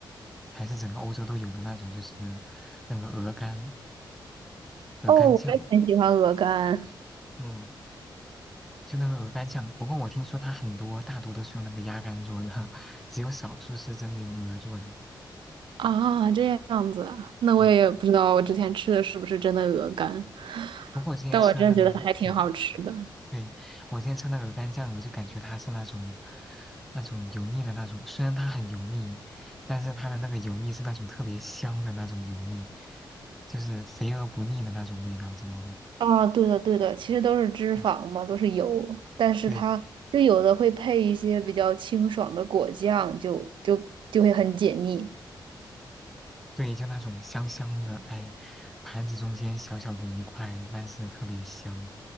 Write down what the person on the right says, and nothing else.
哦，我也很喜欢鹅肝。
啊，这样子啊，那我也不知道我之前吃的是不是真的鹅肝，
但我真的觉得还挺好吃的。
啊，对的，对的，其实都是脂肪嘛，
都是油，但是它就有的会配一些比较清爽的果酱，
就就就会很解腻。